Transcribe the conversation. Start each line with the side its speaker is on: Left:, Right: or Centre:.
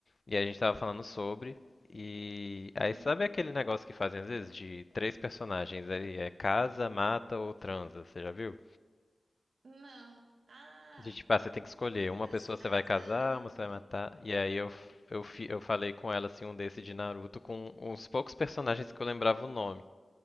Left: E a gente tava falando sobre e aí
Right: Hum,
Left: sabe aquele negócio que fazem às vezes de três personagens, aí é casa, mata ou transa, você já viu?
Right: Não. Ah,
Left: De tipo, ah, você tem que escolher, uma
Right: mas,
Left: pessoa você
Right: ah,
Left: vai casar,
Right: ah,
Left: uma
Right: ah,
Left: você vai
Right: sei.
Left: matar. E aí eu eu fi- eu falei com ela assim um desse de Naruto com uns poucos personagens que eu lembrava o nome.